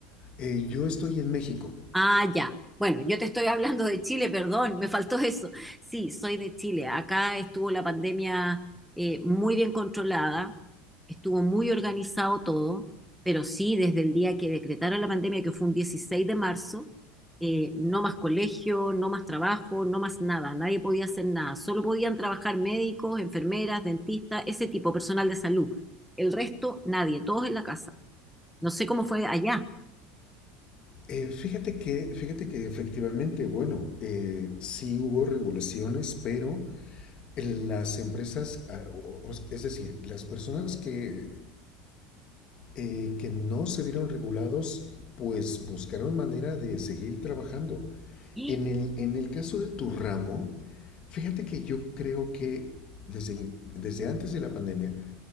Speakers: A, on the left (about 30°); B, in the centre.
A: Eh, yo estoy en México.
B: Ah, ya. Bueno, yo te estoy hablando de Chile, perdón, me faltó eso. Sí, soy de Chile. Acá estuvo la pandemia eh, muy bien controlada, estuvo muy organizado todo, pero sí, desde el día que decretaron la pandemia, que fue un 16 de marzo, eh, no más colegio, no más trabajo, no más nada, nadie podía hacer nada. Solo podían trabajar médicos, enfermeras, dentistas, ese tipo, personal de salud. El resto, nadie, todos en la casa. No sé cómo fue allá.
A: Eh, fíjate que, fíjate que efectivamente, bueno, eh, sí hubo regulaciones, pero las empresas, ah, o- o- es decir, las personas que, eh, que no se vieron regulados, pues buscaron manera de seguir trabajando.
B: <gasps> ¡Ah!
A: En el, en el caso de tu ramo, fíjate que yo creo que desde, desde antes de la pandemia,